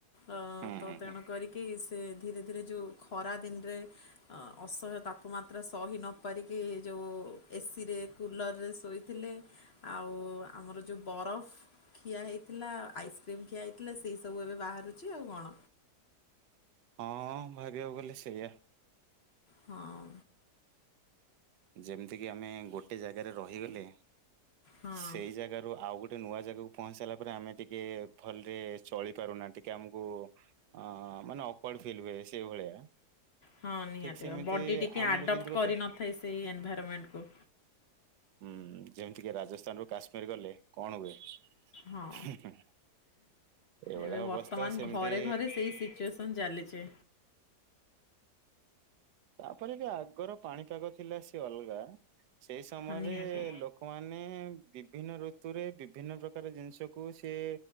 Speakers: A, on the left; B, on the right.
A: ଅ
B: ହୁଁ
A: ତ
B: ହୁଁ
A: ତେଣୁକରି
B: ହୁଁ।
A: କି ସେ ଧୀରେ ଧୀରେ ଯଉ ଖରା ଦିନରେ ଆ ଅସହାୟ ତାପମାତ୍ରା ସହି ନପାରିକି ଯଉ, ଏସିରେ କୁଲରରେ ଶୋଇଥିଲେ। ଆଉ ଆମର ଯଉ ବରଫ ଖିଆ ହେଇଥିଲା, ଆଇସ୍କ୍ରିମ୍ ଖିଆ ହେଇଥିଲା ସେଇ ସବୁ ଏବେ ବାହାରୁଚି ଆଉ କଣ।
B: ହଁ ଭାବିବାକୁ ଗଲେ ସେଇଆ।
A: ହଁ।
B: ଯେମିତିକି ଆମେ ଗୋଟେ ଜାଗାରେ ରହିଗଲେ।
A: ହଁ
B: ସେଇ ଜାଗାରୁ ଆଉ ଗୋଟ ଗୋଟେ ନୂଆ ଜାଗାକୁ ପହଞ୍ଚି ସାରିଲା ପରେ ଆମେ ଟିକେ ଭଲରେ ଚଳି ପାରୁନା ଟିକ କେ ଆମକୁ ହଁ ମାନେ ଅକ୍ୱାର୍ଡ ଫିଲ୍ ହୁଏ ସେଇଭଳିଆ
A: ହଁ ନିହାତି।
B: ଠିକ ସେମିତି
A: ବଡି ଟିକେ
B: ଆମକୁ
A: ଆଡପ୍ଟ
B: ଯେମିତି ଗୋଟେ
A: କରିନଥାଏ ସେଇ ଏନ୍ଭାରମେଣ୍ଟ କୁ।
B: ହୁଁ, ଯେ ମିତି ଟିକେ ରାଜସ୍ଥାନରୁୁ କାଶ୍ମୀର ଗଲେ କଣ ହୁଏ?
A: ହଁ
B: <unintelligible> ଏଇଭଳିଆ
A: ଏବେ
B: ଅବସ୍ଥା
A: ବର୍ତ୍ତମାନ
B: ସେମିତି
A: ଘରେ ଘରେ ସେଇ ସିଚୁଏସନ୍ ଚାଲିଛି
B: ତାପରେ କି ଆଗର ପାଣିପାଗ ଥିଲା ସିଏ ଅଲଗା। ସେଇ ସମୟରେ
A: ହଁ ନିହାତି।
B: ଲୋକମାନେ ବିଭିନ୍ନ ଋତୁରେ ବିଭିନ୍ନ ପ୍ରକାର ଜିନିଷକୁ ସିଏ